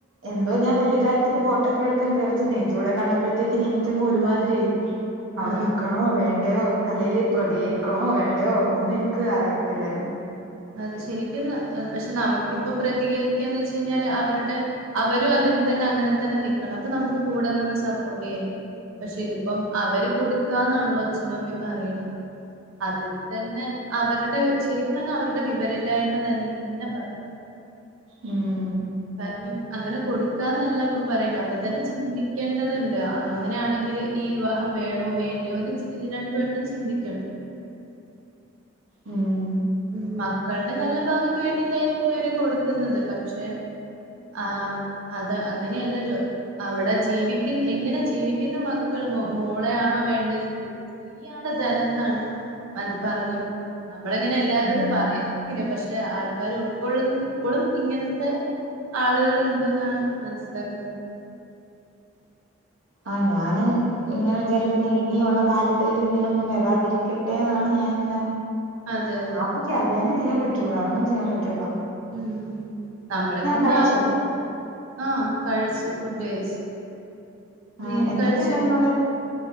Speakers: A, on the right; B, on the right.
A: എന്തോ ഞാൻ വല്യ കാര്യത്തില് ഫോട്ടോ ഒക്കെ എടുക്കാൻ കേറിചെന്നേ ഇതൂടെ കണ്ടപ്പഴ്ത്തേക്ക് എനിക്കങ്ങ് ഒരുമാതിരിയായി <inaudible> അവടെ
B: ആ
A: നിക്കണോ വേണ്ടയോ അല്ലേല് പ്രതികരിക്കണോ വേണ്ടയോ ഒന്നും എനിക്ക് അറിയത്തില്ലായിര്ന്ന്
B: അത് ശെരിക്കും ന പക്ഷെ നമുക്കിപ്പൊ പ്രതികരിക്കാന്ന് വെച്ച് കഴിഞ്ഞാല് അവര്ടെ അവരും അതിൽ തന്നെ അങ്ങനത്തന്നെ നിക്കണം അപ്പ നമുക്ക് കൂടെ നിന്ന് സപ്പോട്ടെയ്യും പക്ഷെ ഇത്പ്പം അവര് കൊടുക്കാന്നാണല്ലോ അച്ഛനും അമ്മയും പറയ്ണത്. അതിൽ തന്നെ അവരുടെ ശെരിക്കും പറഞ്ഞാ അവരുടെ വിവരല്ലായ്മ ത തന്നെ പറയാം
A: ഹ്മ്മ്
B: കാരണം അങ്ങനെ കൊടുക്കാന്നല്ല അപ്പ പറയണ്ടെ അപ്പ തന്നെ ചിന്തിക്കേണ്ടത്ണ്ട് അ അങ്ങനെയാണെങ്കില് ഈ വിവാഹം വേണോ വേണ്ടെയോന്ന് രചി ണ്ട് വട്ടം ചിന്തിക്കണം
A: ഹ്മ്മ്
B: ഹ്മ്മ് മക്കൾടെ നല്ല ഭാവിക്ക് വേണ്ടിട്ടായിരിക്കും ഇവര് കൊടുക്കുന്നത് പക്ഷെ ആഹ് അത് അങ്ങനെയല്ലല്ലോ അവടെ ജീവിക്കും എങ്ങനെ ജീവിക്കുന്ന മക്കള് മോ മോളെയാണോ വേണ്ടേ സ്ത്രീ സ്ത്രീയാണ് ധനംന്നാണ് മൻ പറഞ്ഞു നമ്മളെ ഇങ്ങനെ എല്ലാരോടും
A: ഉം
B: പറയാൻ പറ്റില്ല പക്ഷെ ആൾക്കാര് ഉൾ ക്കൊള്ളുന്ന ഇപ്പോളും ഇങ്ങൻത്തെ ആളുകള് ണ്ട് ന്നാണ് മൻസ്സിലാക്കണ്ട്.
A: ആഹ് ഞാന് ഇങ്ങനെ വിചാരിക്കുന്നെ ഇനിയുള്ള കാല ത്തേല് ഇങ്ങനൊന്നും വരാതിരിക്കട്ടെ ന്നാണ് ഞാൻ ഇങ്ങനെ.
B: അതെ അതെ
A: പക്ക് അതന്നെചെയ്യാൻ പറ്റൂ. വേറൊന്നും ചെയ്യാൻ പറ്റൂല്ല
B: ഉം നമ്മളെ കൊണ്ടാകുന്ന
A: കഴിച്ചോ
B: ആഹ് കഴിച്ചു ഫുഡ് കഴച്ച്
A: ആഹ്
B: നീ
A: എന്തൊക്കെ
B: കഴിച്ചോ?
A: ഉണ്ടായിരുന്നു അവിടെ